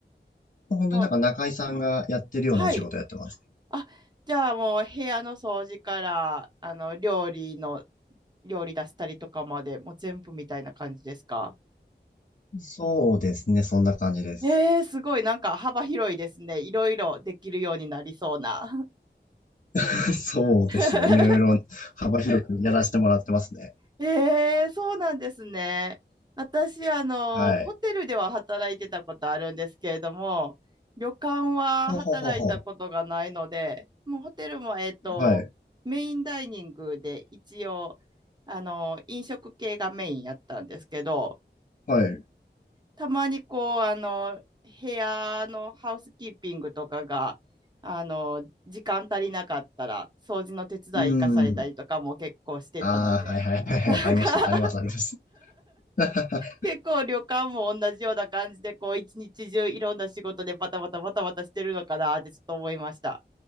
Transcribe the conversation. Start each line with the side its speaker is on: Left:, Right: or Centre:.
Left: まあ本当になんか中井さんがやってるようなお仕事やってます。
Right: もう、はい。あ、じゃあもう部屋の掃除から、あの、料理の、料理出したりとかまで、もう全部みたいな感じですか
Left: そうですね、そんな感じです。
Right: えー、すごい、なんか幅広いですね。いろいろできるようになりそうな。
Left: <laughs> そうですね、
Right: <laughs>
Left: いろいろ幅広くやらせてもらってますね。
Right: えー、そうなんですね。私、あの、
Left: はい。
Right: ホテルでは働いてたことあるんですけれども、旅館は働いたことがないので、
Left: ほうほうほうほ
Right: もうホテルも、えっと、
Left: う。はい、
Right: メインダイニングで一応、あの、飲食系がメインやったんですけど、
Left: はい。う
Right: たまにこうあの部屋のハウスキーピングとかがあの時間足りなかったら掃除の手伝い行かされたりとかも結構してたのでなんか
Left: ーん。ああ、はいはいはいはい。ありました。あります、
Right: <laughs>
Left: あります。<laughs>
Right: 結構旅館も同じような感じでこう一日中いろんな仕事でバタバタバタバタしてるのかなってちょっと思いました。